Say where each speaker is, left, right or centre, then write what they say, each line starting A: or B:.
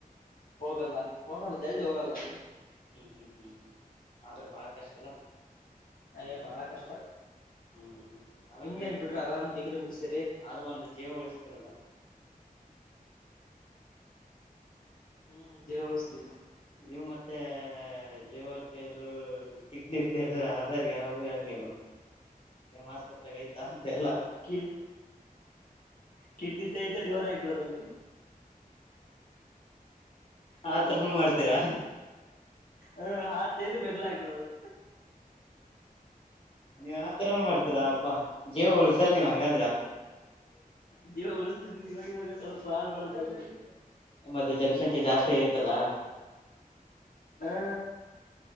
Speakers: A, on the left; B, on the left.
A: ಹೋಗಲ್ಲ ಹೋಗಲ್ಲ ಜಲ್ದಿ ಹೋಗಲ್ಲ ಅದು
B: ಹ ಹ ಆದ್ರೂ ಬಾಳ ಕಷ್ಟ ಅಲ
A: ಹೆ ಬಾಳ ಕಷ್ಟ
B: ಹ್ಮ್ ಆದ್ರ
A: ನಿಮ್ದ್
B: ಗ್ರೇಟ್
A: ಏನ್ ಬಿಡ್ರಿ ಆರಾಮ್ ಡಿಗ್ರಿ ಮುಗಸಿರಿ
B: ಆದ್ರ ಒಂದು ಜೀವ ಉಳುಸ್ತಿರಲ್ಲ
A: ಹ್ಮ್ ಜೀವ ಉಳಿಸ್ತೀವಿ
B: ನೀವು ಮತ್ತೆ ಲಿವರ್ ಫೇಲು ಕಿಡ್ನಿ ಫೇಲ್ ಅದಾರ್ ಹ ಹೆಂಗಗೆಲ್ಲ ನಿಮ್ ಹಾಸ್ಪಿಟ್ಲ್ಗ್ ಐತ ಅಂತ ಎಲ್ಲ
A: ಕೀ ಕಿಡ್ನಿ ತಗೆದ್ ಲಿವರ್ ಹಾಕಿಬಿಡೋದಲ್ಲೆ
B: ಆತರನು ಮಾಡ್ತೀರಾ
A: ಹ್ ಹಾರ್ಟ್ ತೆಗ್ದ್ ಮೆದುಳು ಹಾಕ್ಬಿಡೋದು
B: ನೀವ್ ಆತರನು ಮಾಡ್ತೀರಾಪ್ಪ ಜೀವ ಉಳಸಲ್ ನೀವ್ ಹಂಗಂದ್ರ
A: ಜೀವ ಉಳಸ್ತಿದ್ವಿ ಇವಾಗ ಇವಾಗ ಸ್ವಲ್ಪ ಹಾಳ್ ಮಾಡದ ಕಲತಿದಿವಿ
B: ಮತ್ತೆ ಜನಸಂಖ್ಯೆ ಜಾಸ್ತಿ ಆಗೆತ್ತಲ್ಲಾ
A: ಹಾ